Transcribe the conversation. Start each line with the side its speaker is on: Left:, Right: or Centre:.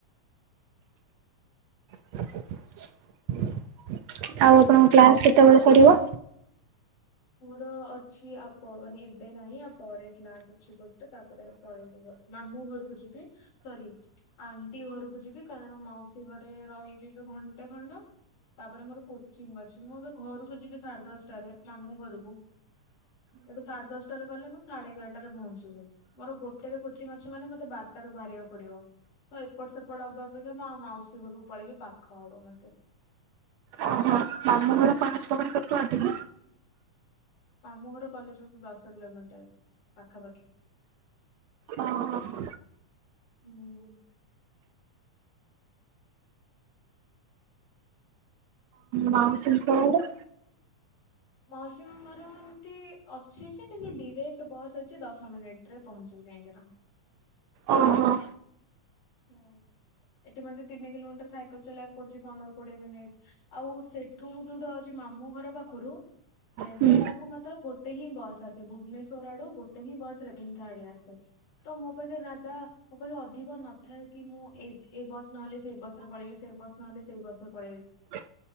Right: <inaudible> ଆଉ ଆପଣ ଙ୍କ କ୍ଲାସ କେତବେଳେ ସରିବ?
Left: ମୋର ଅଛି ଆପ ମାନେ ଏବେ ନାହିଁ ଆପରେ କ୍ଲାସ ଅଛି ଗୋ ତ ତାପରେ ତଳେ ରୁହ ମାମୁଁ ଘରକୁ ଯିବି ସରି ଆଣ୍ଟି ଘରକୁ ଯିବି କାରଣ ମ ମାଉସୀ ଘରେ ରହିଯିବି ଘାଣ୍ଟେ ଖଣ୍ଡ। ତାପରେ ମୋର କୋଚିଂ ଅଛି ମୁଁ ଏବେ ଘରକୁ ଯିବି ସାଢେ ଦଶଟାରେ ମାମୁଁ ଘରକୁ ଏଠୁ ସାଡେ ଦଶଟାରେ ଗଲେ ମୁଁ ସାଡେ ଏଗାରଟାରେ ପହଞ୍ଚିବ ମୋର ଗୋଟେରେ କୋଚିଂ ଅଛି ମାନେ ମତେ ବାରଟାରେ ବାହାରିବାକୁ ପଡିବ ତ ଏପଟ ସେପଟ ହବା ଅପେକ୍ଷା ମୁଁ ଆଉ ମାଉସୀ ଘରକୁ ପଳେଇକି ପାଖ ହବ ମତେ।
Right: ଓହୋ ମାମୁଁ। ଘର କଲେଜ ପାଖରୁ କେତେ ବାଟ କି?
Left: ଆମ ଘର କଲେଜ ପାଖୁରୁ ଦଶ କିଲୋମିଟର ପାଖାପାଖି।
Right: ଓ ହୋ।
Left: ହୁଁ।
Right: ମାଉସୀଙ୍କ ଘର
Left: ମାଉସି ଙ୍କ ଘର ଏମିତି ଅଛି ଯେ କିନ୍ତୁ ଡିରେକ୍ଟ ବସ୍ ଅଛି ଦଶ ମିନିଟ ରେ ପହଞ୍ଚି ଯାଇକିନା।
Right: ଓହୋ।
Left: ହୁଁ ଏଠି ମତେ ତିନି କିଲୋମିଟର ସାଇକେଲ ଚଲେଇବାକୁ ପଡୁଚି ପନ୍ଦର କୋଡିଏ ମିନିଟ ଆଉ ସେ ସେଠୁ ମୁଁ ଯୋଉଟୁ ଆଉଚି ମାମୁଁ ଘର ପାଖରୁ ରେଭେନ୍ସା
Right: ହୁଁ
Left: କୁ ମାତ୍ର ଗୋଟେ ହିଁ ବସ୍ ଆସେ ଭୁବନେଶ୍ଵର ଆଡୁ ଗୋଟେ ହିଁ ବସ୍ ରେଭେନ୍ସା ଆଡେ ଆସେ। ତ ମୋ ପାଖେ ଜାଦା ମୋ ପାଖେ ଅଧିକ ନ ଥାଏ କି ମୁଁ ଏଇ-ଏ-ବସ୍ ନହେଲେ ସେଇ ବସ ରେ ପଳେଇବି ସେ ବସ୍ ନହେଲେ ସେଇ ବସ ରେ ପଳେଇବି।
Right: ହଁ